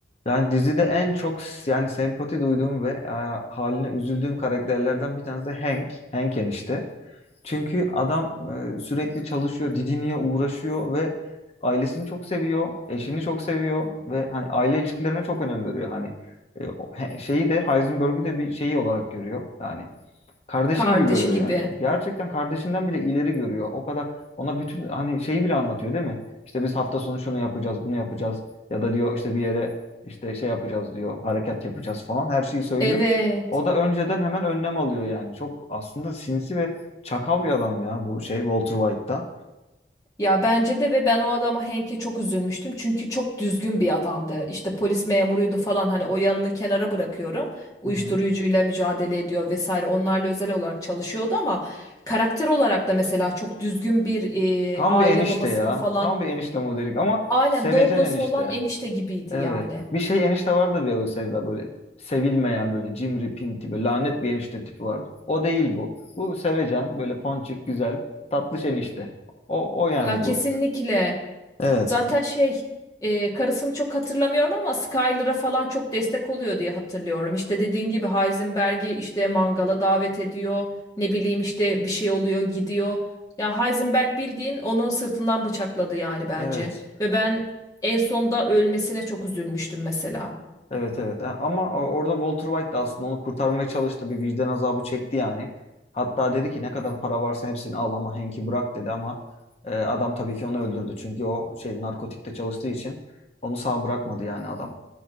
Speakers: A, on the left; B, on the left.
A: Yani dizide en çok s- yani sempati duyduğum ve e, haline üzüldüğüm karakterlerden bir tanesi de Hank. Hank enişte. Çünkü adam e, sürekli çalışıyor, didiniyor, uğraşıyor ve ailesini çok seviyor, eşini çok seviyor ve hani aile ilişkilerine çok önem veriyor. Hani e, o- he- şeyi de Heisenberg'ü de bir şeyi olarak görüyor. Yani Kardeşi
B: Kardeşi
A: gibi görüyor
B: gibi.
A: yani. Gerçekten kardeşinden bile ileri görüyor. O kadar ona bütün hani şeyi bile anlatıyor değil mi? İşte biz hafta sonu şunu yapacağız, bunu yapacağız ya da diyor işte bir yere işte şey yapacağız diyor, hareket yapacağız falan her şeyi söylüyor.
B: Evet.
A: O da önceden hemen önlem alıyor yani. Çok aslında sinsi ve çakal bir adam ya bu şey Walter White'da.
B: Ya bence de ve ben o adama Henk'e çok üzülmüştüm. Çünkü çok düzgün bir adamdı. İşte polis memuruydu falan hani o yanını kenara bırakıyorum. Uyuşturucuyla
A: Hı hı.
B: mücadele ediyor vesaire. Onlarla özel olarak çalışıyordu ama karakter olarak da mesela çok düzgün bir
A: Tam
B: e, aile
A: bir enişte
B: babasını
A: ya.
B: falan.
A: Tam bir enişte modelik ama
B: Aynen
A: sevecen
B: Doblo'su
A: enişte.
B: olan enişte gibiydi
A: Evet.
B: yani.
A: Bir şey enişte vardır ya böyle Sevda böyle sevilmeyen böyle cimri pinti böyle lanet bir enişte tipi vardır. O değil bu. Bu sevecen böyle ponçik güzel tatlış enişte. O, o yani
B: Ya kesinlikle
A: bu. Evet.
B: Zaten şey e, karısını çok hatırlamıyorum ama Skyler'a falan çok destek oluyor diye hatırlıyorum. İşte dediğin gibi Heisenberg'i işte mangala davet ediyor. Ne bileyim işte bir şey oluyor gidiyor. Ya Heisenberg bildiğin onu sırtından bıçakladı yani bence.
A: Evet.
B: Ve ben en sonda ölmesine çok üzülmüştüm mesela.
A: Evet evet Ha, ama o- orada Walter White da aslında onu kurtarmaya çalıştı. Bir vicdan azabı çekti yani. Hatta dedi ki ne kadar para varsa hepsini al ama Hank'i bırak dedi ama e, adam tabii ki onu öldürdü. Çünkü o şey narkotikte çalıştığı için onu sağ bırakmadı yani adam.